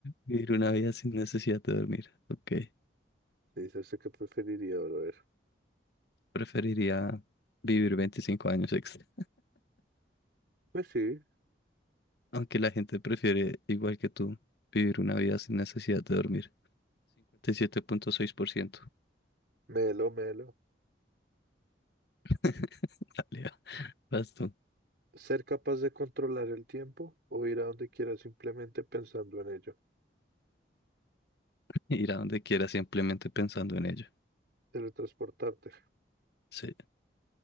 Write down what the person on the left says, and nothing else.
Vivir una vida sin necesidad de dormir. Ok.
Preferiría vivir 25 años extra.
Aunque la gente prefiere, igual que tú, vivir una vida sin necesidad de dormir. 57.6%.
<laughs> Dale, va. vas tú.
Ir a donde quieras simplemente pensando en ello.
Sí,